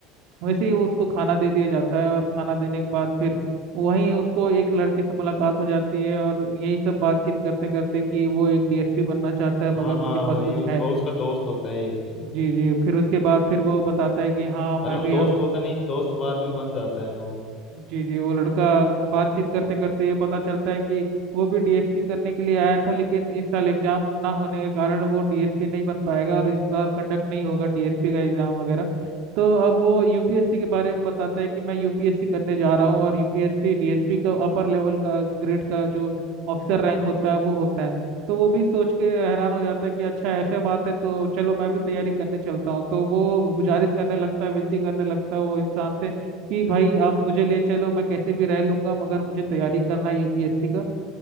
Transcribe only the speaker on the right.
वैसे ही उसको खाना दे दिया जाता है और खाना देने के बाद फिर वहीं उसको एक लड़के से मुलाकात हो जाती है और यही सब बातचीत करते करते कि वो एक डीएसपी बनना चाहता है मगर
उसके पास
कुछ
है
नहीं
जी जी फिर उसके बाद फिर वो बताता है कि हाँ मैं
भी
अब
जी जी वो लड़का बातचीत करते करते ये पता चलता है कि वो भी डीएसपी करने के लिए आया था लेकिन इस साल एग्जाम ना होने के कारण वो डीएसपी नहीं बन पाएगा और इस बार कंडक्ट नहीं होगा डीएसपी का एग्जाम वगैरह तो अब वो यूपीएससी के बारे में बताता है कि मैं यूपीएससी करने जा रहा हूँ और यूपीएससी डीएसपी का अपर लेवल का ग्रेड का जो ऑफिसर रैंक होता है वो होता है तो वो भी सोच के हैरान हो जाता है कि अच्छा ऐसे बात है तो चलो मैं भी तैयारी करने चलता हूँ तो वो गुजारिश करने लगता है विनती करने लगता है वो इंसान से कि भाई आप मुझे ले चलो मैं कैसे भी रह लूंगा मगर मुझे तैयारी करना है यूपीएससी का